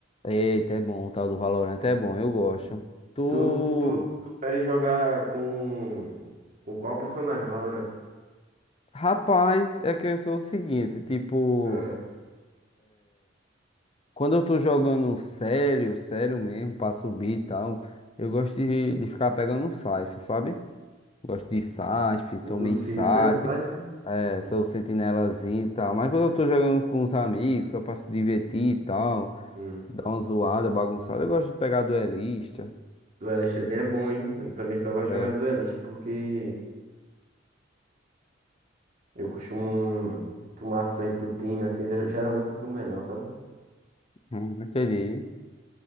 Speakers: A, on the left (about 30°); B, on the right (about 45°).
A: Eita, é bom, o tal do Valorant é bom, eu gosto. Tu.
B: Tu, tu prefere jogar com, com qual personagem, Valorant?
A: Rapaz, é que eu sou o seguinte, tipo,
B: Ah,
A: quando eu tô jogando sério, sério mesmo, pra subir e tal, eu gosto de, de ficar pegando um Scythe, sabe? Gosto de Scythe,
B: o
A: sou
B: dos
A: main Scythe,
B: fios, né? O Cypher?
A: é, sou sentinelazinho e tal. Mas quando eu tô jogando com os amigos, só pra se divertir e tal.
B: Hum.
A: Dá uma zoada, bagunçada. Eu gosto de pegar duelista.
B: Duelistazinho é bom, hein? Eu também só gosto de
A: É,
B: jogar duelista porque eu costumo tomar a frente do time, assim, ger- geralmente eu sou o melhor, sabe?
A: hum, entendi.